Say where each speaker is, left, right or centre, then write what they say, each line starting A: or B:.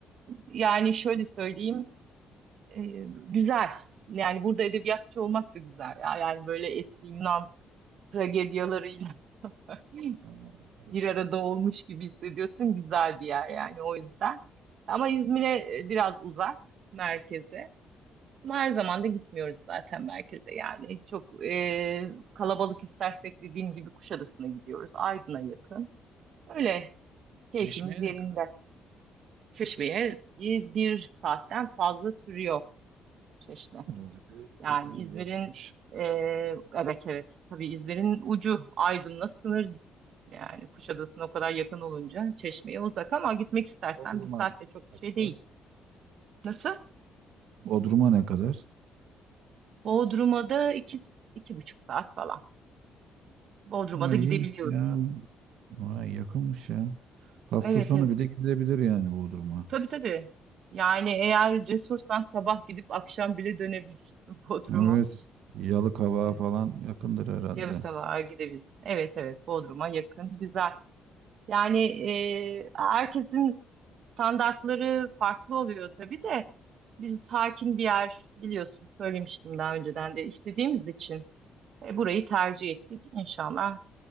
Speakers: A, on the right; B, on the right.
A: yani şöyle söyleyeyim. E, güzel. Yani burada edebiyatçı olmak da güzel ya. Yani böyle eski Yunan tragedyalarıyla <laughs>
B: Ha, evet.
A: bir arada olmuş gibi hissediyorsun. Güzel bir yer yani o yüzden. Ama İzmir'e e, biraz uzak merkeze. Ama her zaman da gitmiyoruz zaten merkeze yani. Çok e, kalabalık istersek dediğim gibi Kuşadası'na gidiyoruz. Aydın'a yakın. Öyle keyfimiz
B: Çeşmeye
A: yerinde.
B: ne
A: Çeşme'ye bir, bir saatten fazla sürüyor Çeşme.
B: O epey,
A: Yani
B: epey
A: İzmir'in
B: uzakmış.
A: e, evet evet tabii İzmir'in ucu Aydın'la sınır yani Kuşadası'na o kadar yakın olunca Çeşme'ye uzak ama gitmek istersen
B: Bodrum'a
A: bir saatte çok bir
B: ne
A: şey
B: kadar?
A: değil. Nasıl?
B: Bodrum'a ne kadar?
A: Bodrum'a da iki, iki buçuk saat falan. Bodrum'a
B: Ha,
A: da
B: iyiymiş
A: gidebiliyorsun.
B: ya. Vay yakınmış ya. Hafta
A: Evet
B: sonu
A: evet.
B: bir de gidilebilir yani Bodrum'a.
A: Tabii tabii. Yani eğer cesursan sabah gidip akşam bile dönebilirsin <laughs> Bodrum'a.
B: Evet. Yalıkavak'a
A: Evet.
B: falan yakındır herhalde.
A: Yarı sabaha gidebilirsin. Evet evet Bodrum'a yakın. Güzel. Yani e, herkesin standartları farklı oluyor tabii de biz hakim bir yer biliyorsun söylemiştim daha önceden de istediğimiz için e, burayı tercih ettik. İnşallah